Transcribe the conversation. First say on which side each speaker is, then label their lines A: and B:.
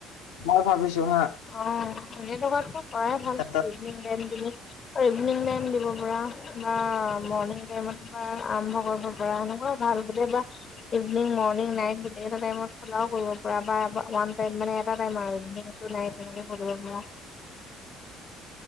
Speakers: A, on the left; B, on the left.
A: মই ভাবিছো হা
B: অ এনে থকাতকো কৰাই ভাল
A: এটা
B: ইভিনিং টাইম তুমি অই ইভিনং টাইম দিব পৰা বা মৰ্ণিং টাইমত বা আৰম্ভ কৰিব পৰা সেনেকুৱা ভাল গোটবা ইভিনিং মৰ্ণিং নাইট গোটেইকেইটা টাইমত খেলাও কৰিব পৰা বা ওৱান মানে এটা টাইম নাইয়ে তেনেকে কৰিব পৰা